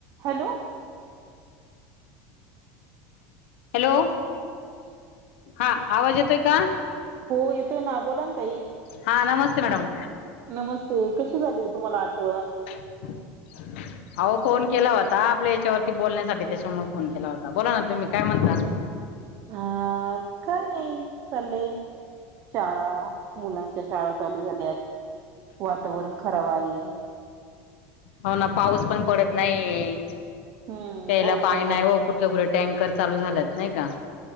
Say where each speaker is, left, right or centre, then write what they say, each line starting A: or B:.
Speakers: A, on the right; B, on the left.
A: Hello.
B: Hello. हा आवाज येतोय का?
A: हो येतोय ना बोला ना ताई.
B: हा नमस्ते मॅडम
A: नमस्ते. कशी झाली तुम्हाला आठवण.
B: <inaudible> आहो फोन केला होता आपल्या याच्यावरती बोलण्यासाठी त्याच्यामुळे फोन केला होता बोला ना तुम्ही काय म्हणता.
A: हा काय नाही चालंय. शाळा मुलांच्या शाळा चालू झाल्यात. वातावरण खराब आहे.
B: हो ना पाऊस पण पडत नाहीये प्यायला
A: हम्म पाऊस
B: पाणी
A: पण पडत
B: नाही ओ, कुठं. टँकर चालू झाल्यात नाही का.